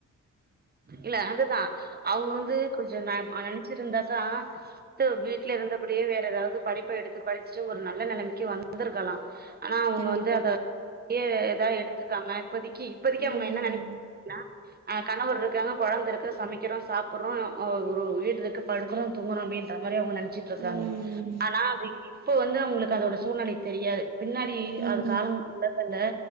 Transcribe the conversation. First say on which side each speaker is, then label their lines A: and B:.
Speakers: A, on the right; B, on the right.
A: இல்ல அதுதான் அவங்க வந்து கொஞ்சம் ந நினைச்ச இருந்தாச்சா வீட்டுல இருந்தபடியே வேற ஏதாவது படிப்பை எடுத்து படிச்சுட்டு ஒரு நல்ல நிலைமைக்கு வந்திருக்கலாம் ஆனா அவங்க
B: கண்டிப்பா
A: வந்து அத ஏ ஏதா எடுத்துக்காம இப்பததிக்கு இப்போதக்கு
B: ம்
A: அவங்க என்ன நினைக்கானா அஹ் கணவர் இருக்காங்க குழந்தை இருக்கு சமைக்கிறோம் சாப்பிடடுறோம் ் ஒரு வீட்டு இருக்கு படுக்கறோம் தூங்றோ அப்டின்ற மாதிரி அவுங்க ட்டு இருக்காங்க
B: ம்
A: ஆனா அது இப்ப வந்து அவுங்களுக்கு அதோட சூழ்நிலை தெரியாது பின்னாடி
B: ம்
A: அது காலங்கல்லதல்ல